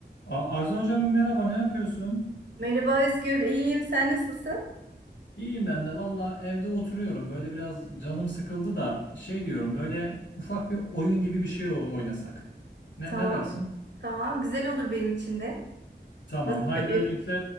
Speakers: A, on the left (about 80°); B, on the right (about 75°).
A: A- Arzu hocam merhaba ne yapıyorsun?
B: Merhaba Özgür, iyiyim. Sen nasılsın?
A: İyiyim ben de valla evde oturuyorum böyle biraz canım sıkıldı da şey diyorum böyle ufak bir oyun gibi bir şey o- oynasak. Ne,
B: Tamam,
A: ne dersin?
B: tamam. Güzel olur benim için de.
A: Tamam
B: Nasıl
A: haydi
B: yapayım?
A: öyleyse